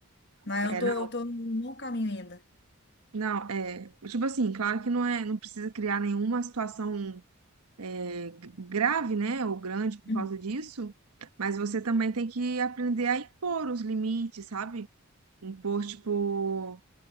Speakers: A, on the left; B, on the right.
A: Mas
B: É,
A: eu tô,
B: não.
A: tô no bom caminho ainda.
B: Não, é, tipo assim, claro que não é, não precisa criar nenhuma situação é, g- grave, né, ou grande por
A: Uhum.
B: causa disso, mas você também tem que aprender a impor os limites, sabe? Impor, tipo,